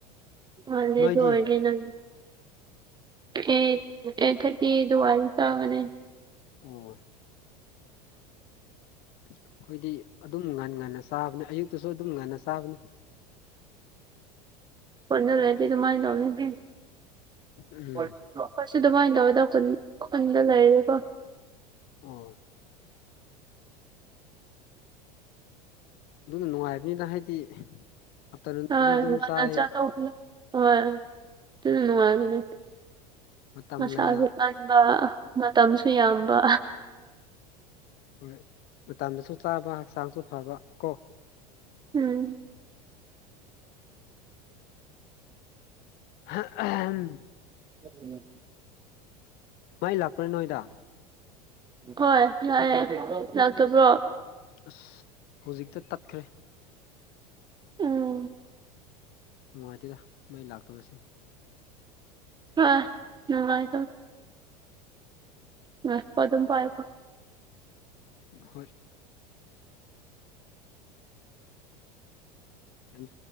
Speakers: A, on the right; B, on the left.
A: <unintelligible>
B: ꯅꯣꯏꯗꯤ
A: ꯑꯣꯏꯗꯤ ꯅꯪ ꯑꯦꯠ ꯑꯦꯠ ꯊꯔꯇꯤ ꯗꯨꯋꯥꯏ ꯆꯥꯒꯅꯤ
B: ꯑꯣ ꯑꯩꯈꯣꯏꯗꯤ ꯑꯗꯨꯝ ꯉꯟ ꯉꯟꯅ ꯆꯥꯕꯅꯦ ꯑꯌꯨꯛꯇꯁꯨ ꯑꯗꯨꯝ ꯉꯟꯅ ꯆꯥꯕꯅꯦ
A: ꯈꯨꯟꯗ ꯂꯩꯗꯤ ꯑꯗꯨꯃꯥꯏ <unintelligible> <unintelligible>
B: ꯎꯝ
A: ꯑꯗꯨꯃꯥꯏꯅ ꯇꯧꯋꯦꯗ ꯈꯨꯟ ꯈꯨꯟꯗ ꯂꯩꯔꯤꯀꯣ
B: ꯑꯣ ꯑꯗꯨꯅ ꯅꯨꯡꯉꯥꯏꯕꯅꯤꯅ ꯍꯥꯏꯗꯤ ꯑꯥꯞꯇꯔꯅꯨꯟꯗꯁꯨ
A: ꯍꯣꯏ
B: ꯑꯗꯨꯝ
A: ꯉꯟꯅ
B: ꯆꯥꯏ
A: ꯆꯥꯊꯣꯛꯄꯗꯣ ꯍꯣꯏ ꯗꯨꯅ ꯅꯨꯡꯉꯥꯏꯕꯅꯦ
B: ꯃꯇꯝ
A: ꯃꯁꯥꯁꯨ
B: ꯂꯩꯅ
A: ꯀꯟꯕ ꯃꯇꯝꯁꯨ ꯌꯥꯝꯕ
B: ꯍꯣꯏ ꯃꯇꯝꯗꯁꯨ ꯆꯥꯕ ꯍꯛꯆꯥꯡꯁꯨ ꯐꯕ ꯀꯣ
A: ꯎꯝ
B: <unintelligible>
A: ꯎꯝ ꯎꯝ
B: ꯃꯥꯏ ꯂꯥꯛꯄ꯭ꯔꯥ ꯅꯣꯏꯗ
A: ꯍꯣꯏ ꯂꯥꯛꯑꯦ ꯂꯥꯛꯇꯕ꯭ꯔꯣ
B: ꯑꯁ ꯍꯧꯖꯤꯛꯇ ꯇꯠꯈ꯭ꯔꯦ
A: ꯎꯝ
B: ꯅꯨꯡꯉꯥꯏꯇꯦꯗ ꯃꯩ ꯂꯥꯛꯇꯕꯁꯦ
A: ꯍ ꯅꯨꯡꯉꯥꯏ ꯑ ꯉꯥꯏꯈꯣ ꯑꯗꯨꯝ ꯄꯥꯏꯌꯨꯀꯣ
B: ꯍꯣꯏ ꯌꯥꯝ